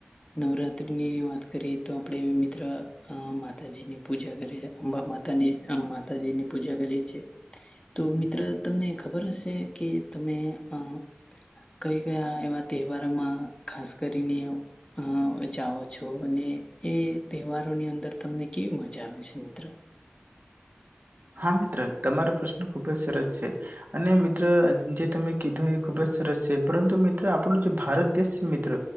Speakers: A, on the left; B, on the right.
A: નવરાત્રી ની વાત કરીએ તો આપણેે એ મિત્ર માતાજીની પૂજા કરીએએ અંબા માતાની માતાજીની પૂજા કરીએ છીએ તો મિત્ર તમને ખબર હશે તે કે તમે અ કઈ કયા એવા તહેવારોમાં ખાસ કરીને અ જાઓ છો અને એ તહેવારોની અંદર તમને કેવી મજા આવે છે મિત્ર
B: હા મિત્ર તમારો પ્રશ્ન ખુબ જ સરસ છે અને મિત્ર જે તમે કીધું એ ખુબ જ સરસ છે પરંતુ મિત્ર આપણો જે ભારત દેશ છે મિત્ર